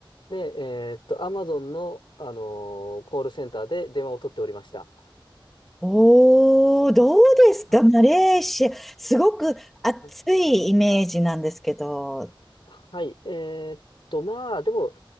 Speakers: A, on the left; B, in the centre.
A: で、えーっと、アマゾンの、あのーコールセンターで電話を取っておりました。
B: おー、どうですかマレーシア。
A: あ
B: すごく暑いイメージなんですけど。
A: あはい。えーっと、まあ、でも、